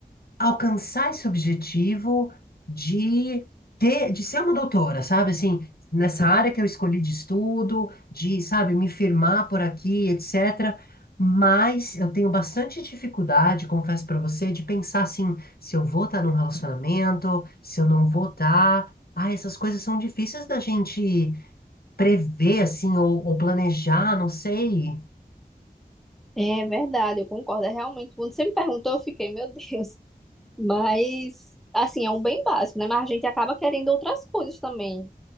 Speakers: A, on the left; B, in the centre.
A: alcançar esse objetivo de ter, de ser uma doutora, sabe? Assim, nessa área que eu escolhi de estudo, de, sabe, me firmar por aqui, etc. Mas eu tenho bastante dificuldade, confesso para você, de pensar assim, se eu vou estar num relacionamento, se eu não vou estar. Ah, essas coisas são difíceis da gente prever, assim, ou, ou planejar, não sei.
B: É verdade, eu concordo. É realmente. Quando você me perguntou, eu fiquei, meu Deus. <laughs> Mas, assim, é um bem básico, né? Mas a gente acaba querendo outras coisas também.